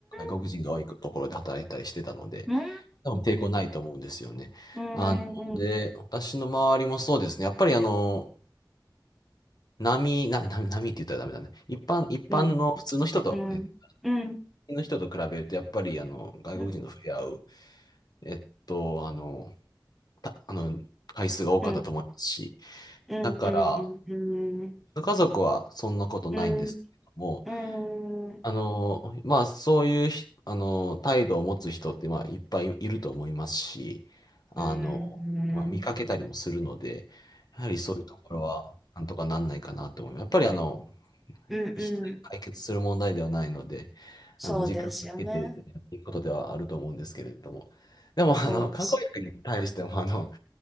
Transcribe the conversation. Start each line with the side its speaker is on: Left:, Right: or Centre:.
Left: 外国人が多いところで働いたりしてたので、
Centre: んうん
Left: 多分抵抗ないと思うんですよね。
Centre: うんうん
Left: あの、で、私の周りもそうですね。やっぱりあの、波、な、波、波って言ったらダメだね。一般、一般の普通の人と、
Centre: うんうんうんうんうん
Left: え、普通の人と比べると、やっぱりあの、外国人と触れ合う、
Centre: うん
Left: えっと、あの、た、あの、回数が多かったと思いますし、
Centre: うんうんうんうん
Left: だから、家族はそんなことないんですけども、
Centre: うんうんうん
Left: あの、まあ、そういうひ、あの、態度を持つ人って、まあ、いっぱいいると思いますし、あの、
Centre: うん
Left: まあ、見かけたりもするので、やはりそういうところは、なんとかなんないかなと思います。やっぱり、あの、
Centre: うんうん
Left: 一人で解決する問題ではないので、
Centre: そうですよね。
Left: あの、時間をかけてやっていくことではあると思うんですけれども。でも、あの、
Centre: そうです。
Left: 観光客に対しても、あの、